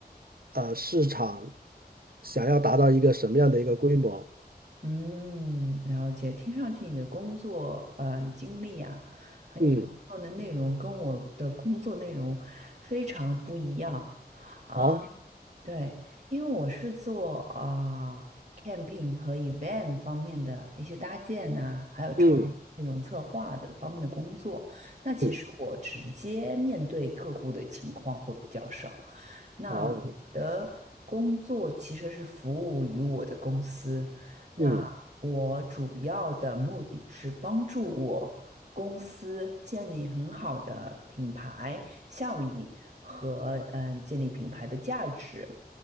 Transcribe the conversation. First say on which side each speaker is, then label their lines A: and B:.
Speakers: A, on the right; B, on the right.
A: 呃市场想要达到一个什么样的一个规模。
B: 嗯，了解。听上去你的工作呃你经历啊，和你工作的内容跟我的工作内容非常不一样
A: 嗯，
B: 啊，
A: 好，
B: 对，因为我是做啊、呃 camping 和 event 方面的一些搭建呐、还有创内容策划的方面的工作。
A: 嗯
B: 那其实我直接面对客户的情况会比较少。
A: 嗯，
B: 那我的工作其实是服务于我的公司，
A: 好，
B: 那我主要的目的是帮助我公司建立很好的品牌效益和嗯、
A: 嗯
B: 呃建立品牌的价值。